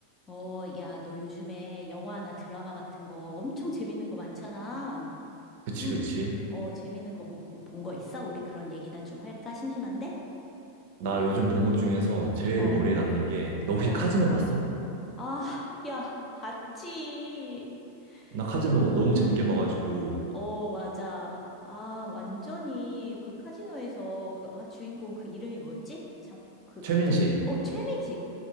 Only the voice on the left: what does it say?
어, 야, 너 요즘에 영화나 드라마 같은 거 엄청 재밌는 거 많잖아.
응.
어, 재밌는 거 보고 본 거 있어? 우리 그런 얘기나 좀 할까? 심심한데?
어,
어.
아, 야, 봤지.
야.
어, 맞아. 아, 완전히 그 카지노에서 그, 아, 주인공 그 이름이 뭐였지? 참, 그
갑자기, 어, 최미지.